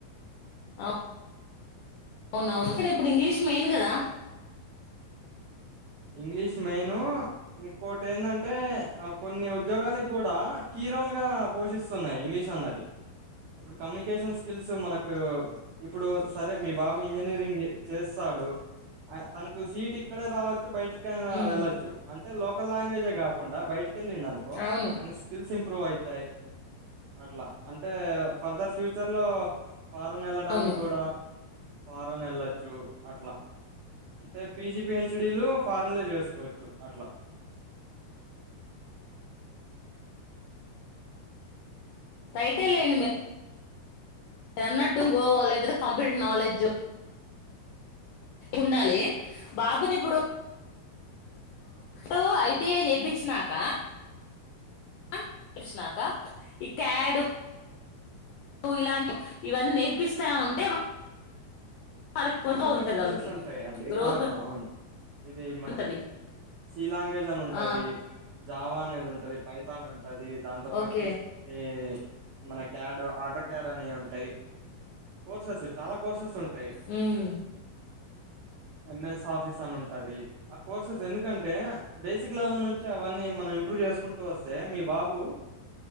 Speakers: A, on the left; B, on the right.
A: అవును అవునాను ఇప్పుడు ఇంగ్లీష్ మెయిన్ కదా
B: ఇంగ్లీష్ మెయిను ఇంకోటి ఏంటంటే ఆ కొన్ని ఉద్యోగాలకి కూడా కీరోల్గా పోషిస్తున్నాయి ఇంగ్లీష్ అన్నది, ఇప్పుడు కమ్యూనికేషన్ స్కిల్స్ మనకు ఇప్పుడు సరే మీ బాబు ఇంజనీరింగ్ చేస్తాడు తనకు సీట్ ఇక్కడే రావచ్ బయటికియినా
A: హ్మ్
B: వెళ్లచ్చు అంటే లో లాంగ్వేజే కాకుండా బయటికి ళ్ళండి అనుకో
A: అవును
B: అ స్కిల్ సి ఇంప్రూవ్ అవుతాయి అట్లా అంటే ఫర్దర్ ఫ్యూచర్ లో ఫారంన్ వెళ్ళడానికి
A: అవును
B: కూడా ఫారెన్ వెళ్ళొచ్చు అట్లా అంటే పిజి పిహెచ్డి లు ఫారెన్ లో చేసుకోవచ్చు అట్లా
A: బైటే లేండి మీ రన్నట్టుంగో లేకపోతే కంప్యూటర్ నాలెడ్జో ఉండాలి బాబుని ఇప్పుడు ఇ ఐటిఐ చేయిపిచ్చినాక చేపచ్చినాక ఈ క్యాడు ఇలాంటి ఇవన్నీ నేర్పిస్తా ఉంటే వాళ్ళకి కొంచెం
B: కంప్యూటర్
A: ఉంటది
B: కోర్సెస్
A: వాళ్ళకి
B: ఉంటాయి అండి
A: గ్రోత్
B: ఆ అవును ఇది మన
A: ఉంటది
B: సి లాంగ్వేజ్ అని ఉంటది
A: ఆ
B: జావా అనేది ఉంటుంది పైథాన్ ఉంటుంది దాంతోపాటు
A: ఓకే
B: ఈ మన క్యాడ్ ఆటో క్యాడ్ అనే ఉంటాయి, కోర్సెస్ చాలా కోర్సెస్ ఉంటాయి
A: మ్
B: ఎంఎస్ ఆఫీస్ అని ఉంటది ఆ కోర్సెస్ ఎందుకంటే బేసిక్ లెవెల్ నుంచి అవన్నీ మనం ఇంప్రూవ్ చేసుకుంటూ వస్తే మీ బాబు